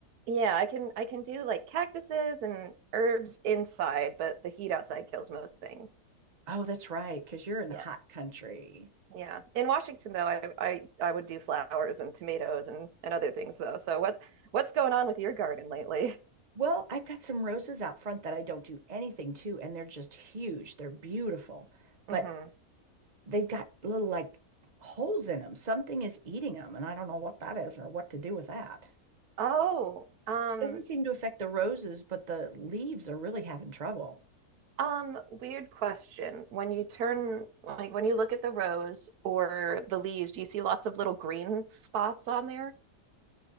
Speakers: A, on the right; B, on the right.
A: yeah, I can I can do like cactuses and herbs inside, but the heat outside kills most things.
B: Oh, that's right, because you're in
A: Yeah.
B: a hot country.
A: Yeah. In Washington though, I I, I would do flowers and tomatoes and, and other things though. So what what's going on with your garden lately?
B: Well, I've got some roses out front that I don't do anything to, and they're just huge. They're beautiful, but
A: <laughs> hmm
B: they've got little like holes in them. Something is eating them, and I don't know what that is or what to do with that.
A: Oh, um,
B: Doesn't seem to affect the roses, but the leaves are really having trouble.
A: Um, weird question. When you turn, like when you look at the rose or the leaves, do you see lots of little green spots on there?